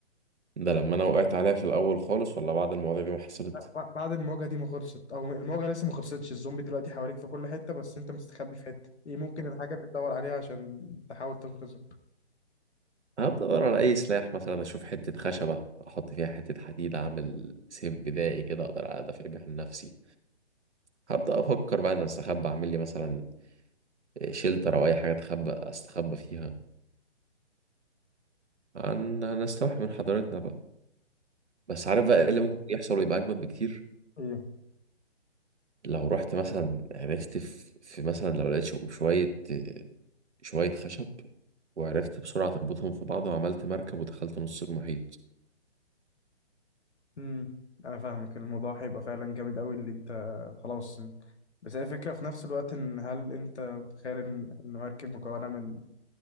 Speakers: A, on the right; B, on the left.
A: ده لما أنا وقعت عليها في الأول خالص ولا بعد المواضيع دي ما حصلت
B: ب- بعد المواجهه دي ما خلصت او المواجهه لسه ما خلصتش الزومبي دلوقتي حواليك في كل حته بس انت مستخبي في حته ايه ممكن الحاجه اللي تدور عليها عشان تحاول تنقذه
A: هبدأ أدور على أي سلاح مثلا أشوف حتة خشبة أحط فيها حتة حديد أعمل سيف بدائي كده أقدر أدافع بيه عن نفسي هبدأ أفكر بقى أنا أستخبى أعمل لي مثلا شيلتر أو أي حاجة أتخبى أستخبى فيها عن هنستوحي من حضارتنا بقى بس عارف بقى إيه اللي ممكن يحصل ويبقى أجمد بكتير
B: فاهم
A: لو رحت مثلا عرفت في, في مثلا لو لقيت شو- شوية شوية خشب وعرفت بسرعة تربطهم في بعض وعملت مركب ودخلت نص المحيط
B: امم انا فاهمك الموضوع هيبقى فعلا جامد قوي اللي انت خلاص انت- بس هي الفكره في نفس الوقت ان هل انت متخيل ان إن مركب مكونه من